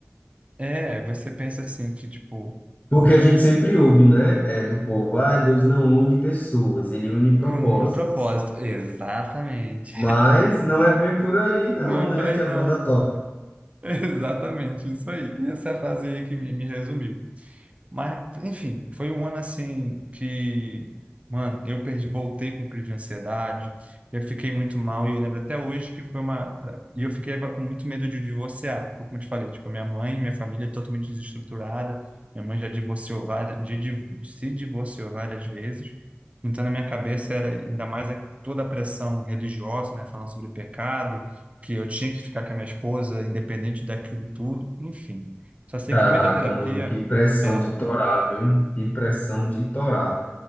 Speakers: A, on the right (about 30°); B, on the left (about 35°).
A: É, você pensa assim que, tipo,
B: Porque a gente sempre ouve, né? É, do povo, ah, Deus não une pessoas, ele une propósitos.
A: em um propósito. Exatamente.
B: Mas não é bem por aí, não,
A: Não é
B: né?
A: por aí,
B: Que a
A: não.
B: banda
A: <laughs> Exatamente, isso aí. Essa frase aí que me, me resumiu. Mas, enfim, foi um ano assim que, mano, eu perdi, voltei com crise de ansiedade, eu fiquei muito mal e eu lembro até hoje que foi uma. E eu fiquei com muito medo de divorciar, porque, como eu te falei, tipo, minha mãe, minha família é totalmente desestruturada, minha mãe já divorciou várias, de, de, se divorciou várias vezes. Então, na minha cabeça era ainda mais a- toda a pressão religiosa, né, falando sobre pecado, que eu tinha que ficar com a minha esposa, independente daquilo tudo, enfim. Só sei
B: Caraca,
A: que no meio da terapia.
B: mano, que pressão
A: é,
B: de torar, viu? Que pressão de torar.